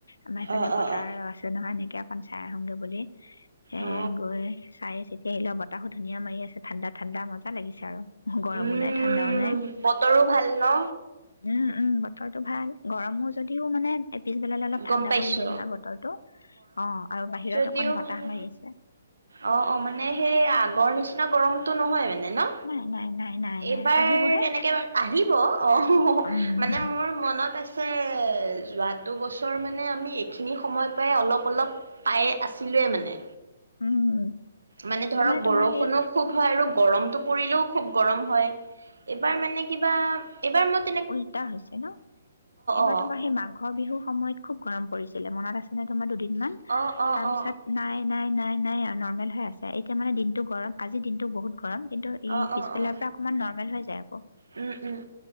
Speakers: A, on the left (about 80°); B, on the right (about 80°).
A: আমাৰ এইফালে
B: অ অ
A: পথাৰ
B: অ।
A: আছে নহয় এনেকে খন চাই আহুঙে বুলি। সেয়ে
B: অ
A: গৈ চাই চিত সেই লগত বতাহো ধূনীয়া মাৰি আছে, ঠাণ্ডা-ঠাণ্ডা মজা লাগিছে আৰু। গৰমো
B: উম,
A: নাই ঠাণ্ডাও নাই
B: বতৰো ভাল ন?
A: উম, উম, বতৰটো ভাল, গৰমো যদিও মানে এই পিছবেলালৈ অলপ
B: গম
A: ঠাণ্ডা
B: পাইছো
A: কৰি দিয়ে নহয় বতৰ টো, অ', আৰু বাহিৰত
B: যদিও
A: অকণ বতাহ
B: মানে
A: মাৰি আছে।
B: অ', অ', মানে সেই আগৰ নিচিনা গৰমতটো নহয় মানে। ন,
A: নাই নাই নাই নাই
B: এইবাৰ
A: নাই আহিবহে
B: তেনেকে আহিব অ',
A: উম
B: মানে মোৰ মনত আছে যোৱাটো বছৰ মানে আমি এইখিনি সময় পাই অলপ-অলপ পায়ে আছিলোয়ে মানে।
A: উম।
B: মানে ধৰক
A: তাৰমানে
B: বৰষুণো
A: তোমাৰ সেই
B: খুব হয়, আৰু গৰমতটো পৰিলেও খুব গৰম হয়। এইবাৰ মানে কিবা, এইবাৰ ম
A: উলটা হৈছে ন, এইবাৰ
B: অ
A: তোমাৰ সেই মাঘৰ বিহুৰ সময়ত খুব গৰম পৰিছিলে, মনত আছেনে তোমাৰ দুদিন মান,
B: অ অ
A: তাৰপিছত
B: অ অ
A: নাই, নাই, নাই, নাই, আক নৰ্মেল হৈ আছে, এতিয়া মানে দিনটো গৰম আজি দিনটো বহুত গৰম, কিন্তু এই
B: অ অ
A: পিছবেলাৰ
B: অ
A: পৰা অকনমান নৰ্মেল হৈ যায় আকৌ।
B: উম, উম,